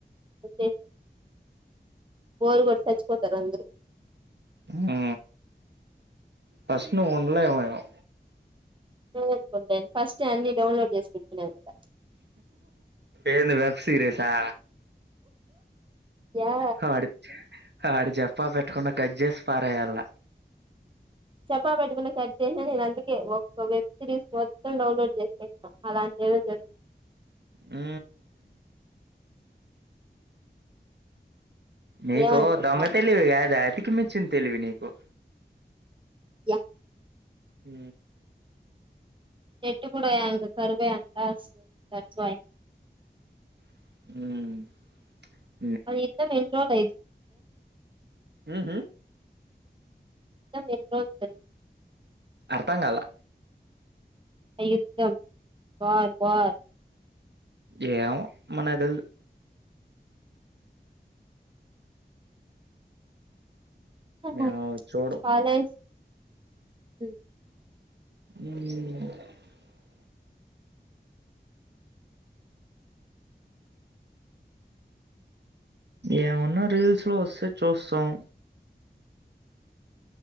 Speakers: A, on the right; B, on the right.
A: వచ్చి బోరుగొట్టి సచ్చిపోతారు అందరూ
B: హు ఫస్ట్ నువుండలేవేమో
A: నేను అనుకుంటేను ఫస్ట్ అన్ని డౌన్లోడ్ చేసి పెట్టుకునేస్తా
B: ఏంది వెబ్ సీరీసా
A: యా
B: హ అడి ఆడు చెప్పా పెట్టకుండా కట్ చేసి పారేయల్లా
A: చెప్పా పెట్టుకున్న కట్ చేసిది అందుకే ఒక వెబ్ సిరీస్ మొత్తం డౌన్లోడ్ చేసి పెట్టిన అలాంటిది జరు
B: ఊ నీకు
A: ఏమనుకున్నావు
B: దొంగ తెలివి యాడ తిక్క మించి నా తెలివి నీకు
A: యా
B: ఉ
A: చెట్టు కూడా అంత కరువే అంటా దట్స్ వై
B: ఉ
A: అది యుద్ధం ఎన్ని రోజులు అయింది
B: ఉహు
A: యుద్ధం ఎన్ని రోజులు జరిగి
B: అర్థం కాలా
A: ఆ యుద్ధం వార్ వార్
B: ఏమో మనకు తెల్దు
A: ఆహా
B: మేము చూడం
A: కాలేజ్ హు
B: ఉమ్ ఏమన్నా రీల్స్ లోవస్తే చూస్తాం